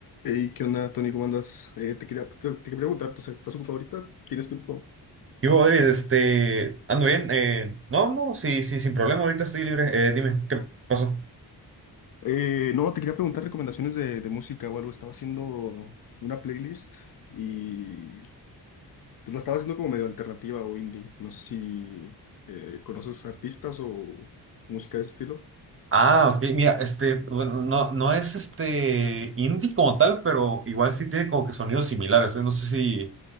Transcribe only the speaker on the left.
Hey, ¿qué onda, Tony? ¿Cómo andas? Eh, te quería, te, te quería preguntar, ¿Tú ¿estás ocupado ahorita? ¿Tienes tiempo?
Eh, no, te quería preguntar recomendaciones de, de música o algo. Estaba haciendo una playlist y pues la estaba haciendo como medio alternativa o indie. No sé si eh, conoces artistas o música de ese estilo.